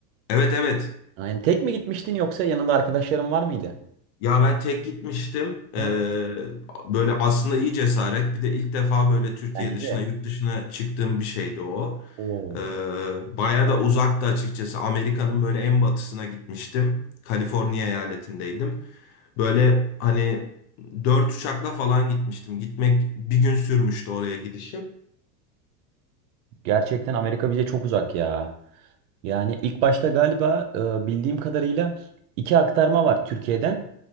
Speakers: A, on the left; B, on the right.
A: Evet evet.
B: Yani tek mi gitmiştin yoksa yanında arkadaşların var mıydı?
A: Ya ben tek gitmiştim.
B: O-
A: Ee, böyle aslında iyi cesaret. Bir de ilk defa böyle Türkiye
B: Bence
A: dışına,
B: de.
A: yurt dışına çıktığım bir şeydi o.
B: Oo.
A: Ee, baya da uzaktı açıkçası. Amerika'nın böyle en batısına gitmiştim. Kaliforniya eyaletindeydim. Böyle hani dört uçakla falan gitmiştim. Gitmek bir gün sürmüştü oraya gidişim.
B: Gerçekten Amerika bize çok uzak ya. Yani ilk başta galiba e, bildiğim kadarıyla iki aktarma var Türkiye'den.